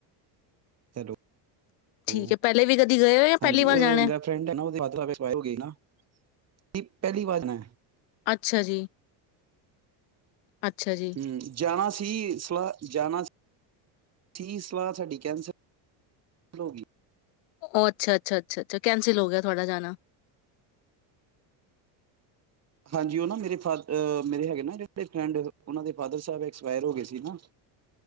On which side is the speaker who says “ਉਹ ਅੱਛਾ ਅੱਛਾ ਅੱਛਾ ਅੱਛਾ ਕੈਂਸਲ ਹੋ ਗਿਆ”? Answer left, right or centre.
Left